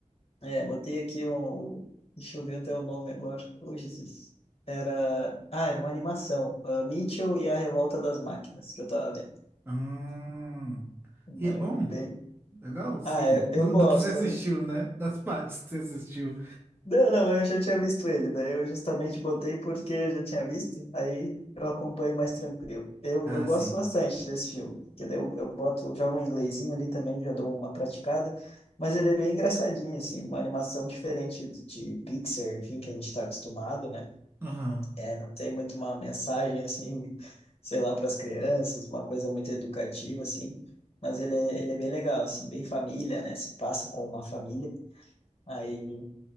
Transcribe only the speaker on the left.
é, botei aqui um... Deixa eu ver até o nome agora. Ô, Jesus. Era... Ah, era uma animação. Ah, Mitchell e a Revolta das Máquinas, que eu tava vendo.
Uma,
bem,
Ah, eu, eu
gosto.
Não, não, eu já tinha visto ele, daí eu justamente botei porque eu já tinha visto, aí eu acompanho mais tranquilo. Eu,
eu gosto
bastante desse filme, porque daí eu, eu boto, eu jogo um inglesinho ali também, já dou uma praticada, mas ele é bem engraçadinho, assim, uma animação diferente de Pixar, enfim, que a gente está acostumado, né?
É, não tem muito uma mensagem, assim, sei lá, para as crianças, uma coisa muito educativa, assim, mas ele é, ele é bem legal, assim, bem família, né? Se passa com uma família. Aí